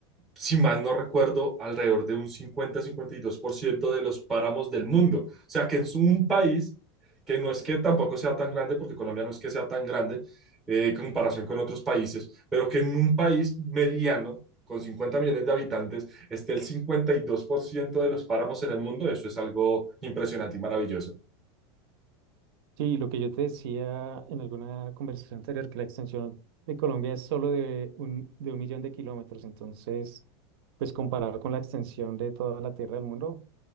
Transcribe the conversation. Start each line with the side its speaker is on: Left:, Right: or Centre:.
Centre: si mal no recuerdo, alrededor de un cincuenta-cincuenta y dos por ciento de los páramos del mundo. O sea, que es un país que no es que tampoco sea tan grande, porque Colombia no es que sea tan grande eh, en comparación con otros países, pero que en un país mediano, con 50 millones de habitantes, esté el 52% de los páramos en el mundo, eso es algo impresionante y maravilloso.
Right: Sí, lo que yo te decía en alguna conversación anterior, que la extensión de Colombia es solo de un, de un millón de kilómetros, entonces, pues comparado con la extensión de toda la tierra del mundo,